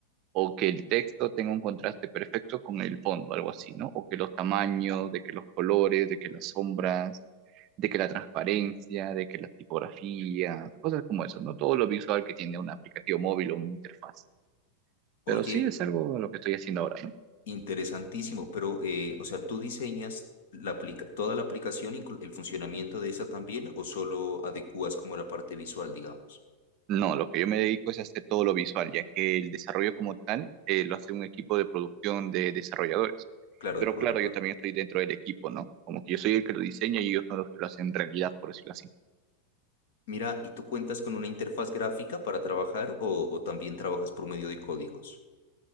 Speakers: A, on the right (about 40°); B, on the left (about 55°).
A: o que el texto tenga un contraste perfecto con el fondo, algo así, ¿no? O que los tamaños, de que los colores, de que las sombras, de que la transparencia, de que las tipografías, cosas como eso, ¿no? Todo lo visual que tiene un aplicativo móvil o una interfaz.
B: Oye.
A: Pero sí es algo a lo que estoy haciendo ahora, ¿no?
B: Interesantísimo, pero, eh, o sea, ¿tú diseñas la aplica- toda la aplicación, inclu- el funcionamiento de esa también, o solo adecuas como la parte visual, digamos?
A: No, lo que yo me dedico es a hacer todo lo visual, ya que el desarrollo como tal eh, lo hace un equipo de producción de desarrolladores.
B: Claro, de
A: Pero
B: programador.
A: claro, yo también estoy dentro del equipo, ¿no? Como que yo soy el que lo diseña y ellos son los que lo hacen realidad, por decirlo así.
B: Mira, ¿y tú cuentas con una interfaz gráfica para trabajar o, o también trabajas por medio de códigos?